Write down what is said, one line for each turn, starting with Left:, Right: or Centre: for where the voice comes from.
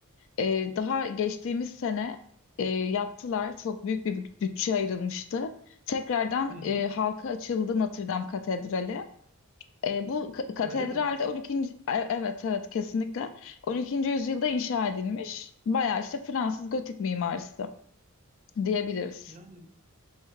Left: Ee, daha geçtiğimiz sene e, yaptılar. Çok büyük bir büt- bütçe ayrılmıştı. Tekrardan
Right: Hı hı.
Left: e, halka açıldı Notre Dame Katedrali. E, bu k- katedralde
Right: Öyle mi?
Left: 12. E- evet evet kesinlikle 12. yüzyılda inşa edilmiş. Bayağı işte Fransız gotik mimarisi diyebiliriz.
Right: Yani